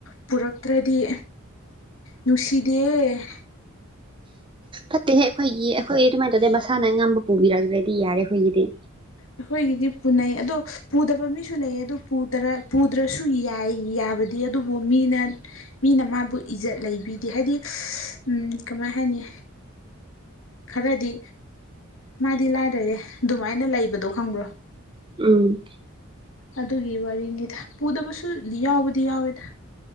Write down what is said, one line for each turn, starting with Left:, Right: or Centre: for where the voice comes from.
Left: ꯄꯨꯔꯛꯇ꯭ꯔꯗꯤ ꯅꯨꯡꯁꯤꯗꯦ
Right: ꯐꯠꯇꯦꯍꯦ ꯑꯩꯈꯣꯏꯒꯤ ꯑꯩꯈꯣꯏ ꯑꯗꯨꯃꯥꯏꯅ ꯇꯧꯗꯦ ꯃꯁꯥꯅ ꯑꯉꯝꯕ ꯄꯨꯕꯤꯔꯛꯇ꯭ꯔꯗꯤ ꯌꯥꯔꯦ ꯑꯩꯈꯣꯏꯒꯤꯗꯤ
Left: ꯑꯩꯈꯣꯏꯒꯤꯗꯤ ꯄꯨꯅꯩ ꯑꯗꯣ ꯄꯨꯗꯕ ꯃꯤꯁꯨ ꯂꯩꯌꯦ ꯑꯗꯣ ꯄꯨꯗ꯭ꯔ ꯄꯨꯗ꯭ꯔꯁꯨ ꯌꯥꯏ ꯌꯥꯕ ꯗꯤ ꯑꯗꯨꯕꯨ ꯃꯤꯅ ꯃꯤꯅ ꯃꯥꯕꯨ ꯏꯖꯠ ꯂꯩꯕꯤꯗꯦ ꯍꯥꯏꯗꯤ ꯎꯝ ꯀꯃꯥꯏ ꯍꯥꯏꯅꯤ ꯈꯔꯗꯤ ꯃꯥꯗꯤ ꯂꯥꯏꯔꯔꯦ ꯑꯗꯨꯃꯥꯏꯅ ꯂꯩꯕꯗꯣ ꯈꯪꯕ꯭ꯔꯣ
Right: ꯎꯝ
Left: ꯑꯗꯨꯒꯤ ꯋꯥꯔꯤꯅꯤꯗ ꯄꯨꯗꯕꯁꯨ ꯌꯥꯎꯕꯗꯤ ꯌꯥꯎꯋꯤꯗ